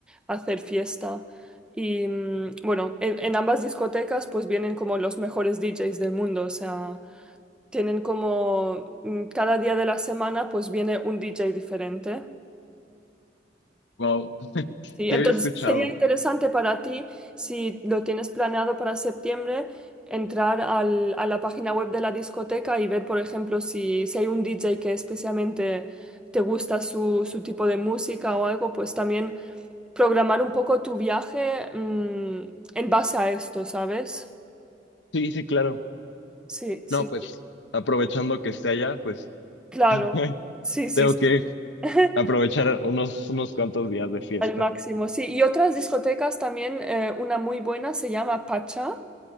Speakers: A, in the centre; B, on the left.
A: hacer fiesta. Y mm, bueno, en, en ambas discotecas pues vienen como los mejores DJs del mundo. O sea, tienen como mm, cada día de la semana pues viene un DJ diferente.
B: Wow, <laughs>
A: Sí,
B: te
A: entonces
B: había escuchado.
A: sería interesante para ti, si lo tienes planeado para septiembre, entrar al- a la página web de la discoteca y ver, por ejemplo, si, si hay un DJ que especialmente te gusta su, su tipo de música o algo, pues también programar un poco tu viaje, mm, en base a esto, ¿sabes?
B: Sí, sí, claro.
A: Sí, sí,
B: No, pues
A: sí,
B: aprovechando que esté allá, pues
A: claro.
B: <laughs>
A: Sí, sí,
B: tengo
A: sí.
B: que
A: <laughs>
B: aprovechar unos, unos cuantos días de fiesta.
A: Al máximo, sí. Y otras discotecas también, eh, una muy buena se llama Pacha.